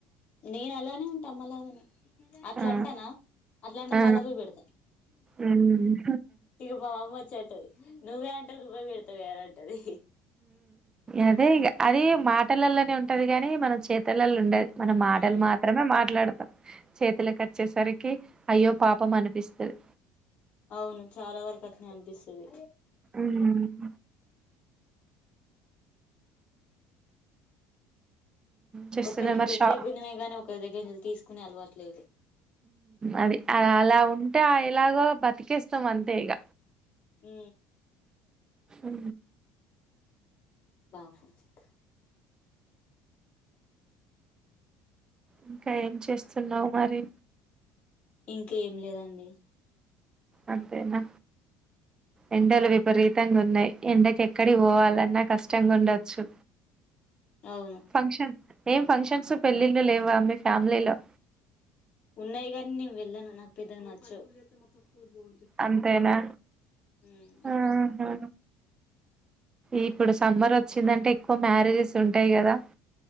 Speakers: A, on the left (about 45°); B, on the right (about 25°).
A: నేనలానే ఉంటే అమ్మలాగానే అట్లంటనా
B: ఆ
A: అట్లా అంటే
B: ఆ
A: మళ్ల పోయి పెడతా
B: ఉమ్
A: ఇగ మా అమ్మ వచ్చి అంటది నువ్వే అంటావు నువ్వే పెడతావ అంటది
B: అదే ఇగ అది మాటలలోనే ఉంటది గాని మన చేతులలో ఉండేది మన మాటలు
A: ఉమ్
B: మాత్రమే మాట్లాడతాం చేతులకొచ్చేసరికి అయ్యో పాపం అనిపిస్తుంది
A: అవును చాలా వరకు అట్లనే అనిపిస్తది
B: ఉమ్ చేస్తున్నా
A: ఒకరికి
B: మరి
A: పెట్టే
B: షా
A: గుణమే గాని ఒకరి దగ్గంజలు తీసుకుని అలవట్లేదు
B: అది అలా ఉంటే ఆ ఇలాగో బతికేస్తాం అంతే ఇక
A: ఉ
B: ఉ
A: బా ఫచత
B: ఇంకా ఏం చేస్తున్నావు మరి
A: ఇంకా ఏం లేదండి
B: అంతేనా ఎండలోవి విపరీతంగున్నాయి ఎండకి ఎక్కడి పోవాలన్నా కష్టంగా ఉండొచ్చు
A: అవును
B: ఫంక్షన్ ఏం ఫంక్షన్స్ పెళ్ళిళ్ళు లేవా మీ ఫ్యామిలీలో
A: ఉన్నాయి కాని నేను వెళ్ళాను నాకు పెద్దగా నచ్చవు మ మొత్తం కూ పో
B: అంతేనా
A: అన్నది
B: ఆహా
A: కా
B: ఇప్పుడు సమ్మరొచ్చిందంటే ఎక్కువ మ్యారేజెస్ ఉంటాయి కదా